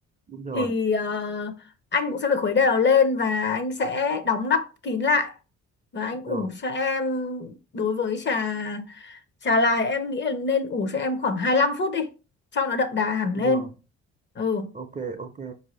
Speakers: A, on the right; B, on the left.
A: rồi,
B: thì ờ, anh cũng sẽ phải khuấy đều lên và anh sẽ đóng nắp kín lại và anh ủ
A: rồi,
B: cho em đối với trà trà lại em nghĩ là nên ủ cho em khoảng hai lăm phút đi cho nó đậm đà hẳn
A: rồi,
B: lên ừ
A: ok, ok,